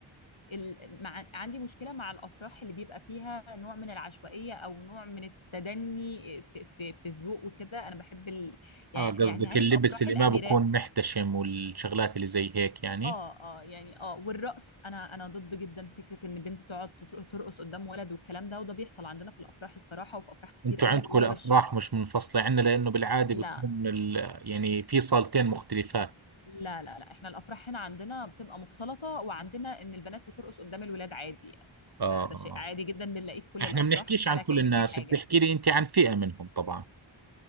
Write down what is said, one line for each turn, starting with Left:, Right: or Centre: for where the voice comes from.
Left: ال... مع... عندي مشكله مع الافراح اللي بيبقى فيها نوع من العشوائيه او نوع من التدني في في, في الذوق وكده انا بحب ال... يعني
Right: اه
Left: يعني
Right: قصدك
Left: عارف
Right: اللبس
Left: افراح
Right: اللي
Left: الاميرات
Right: ما بكون محتشم والشغلات اللي زي هيك يعني
Left: اه اه يعني اه والرقص انا انا ضد جدا فكره ان بنت تقعد تطر- ترقص قدام ولد والكلام ده وده بيحصل عندنا في الافراح الصراحه وفي افراح كتير
Right: انتوا
Left: قوي
Right: عندكم
Left: وانا
Right: الافراح
Left: بش
Right: مش منفصله عندنا لانه بالعاده
Left: لا
Right: بيكون ال... يعني في صالتين مختلفات
Left: لا لا لا احنا الافراح هنا عندنا بتبقى مختلطه وعندنا ان البنات بترقص قدام الولاد عادي يعني ده
Right: اه
Left: ده شيء عادي جدا بنلاقيه في كل
Right: احنا
Left: الافراح
Right: بنحكيش
Left: ولا
Right: عن كل
Left: كأن
Right: الناس
Left: في حاجه
Right: بتحكي لي انت عن فئه منهم طبعا